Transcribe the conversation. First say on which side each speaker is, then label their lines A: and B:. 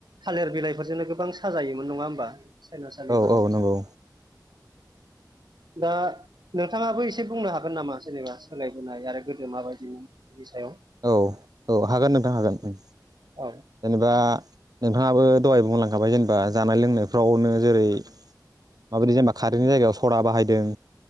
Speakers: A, on the right (about 75°); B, on the right (about 60°).
A: थालिर बिलाइफोरजोंनो गोबां साजायोमोन नङा होमबा सायनासालि
B: औ
A: बानायनाय
B: औ नंगौ
A: दा नोंथाङाबो एसे बुंनो हागोन नामा जेनेबा सोलायबोनाय आरो गोदो माबायदिनि सायाव
B: औ औ हागोन नोंथां हागोन जेनेबा
A: औ
B: नोंथाङाबो दहाय बुंलांखाबाय जेनेबा जानाय लोंनायफ्रावनो जेरै माबोरै जेनेबा कारेन्टनि जायगायाव सरा बाहायदों